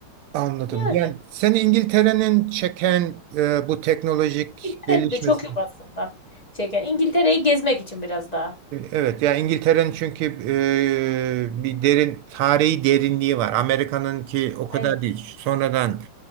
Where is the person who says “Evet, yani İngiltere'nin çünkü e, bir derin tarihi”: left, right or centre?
Right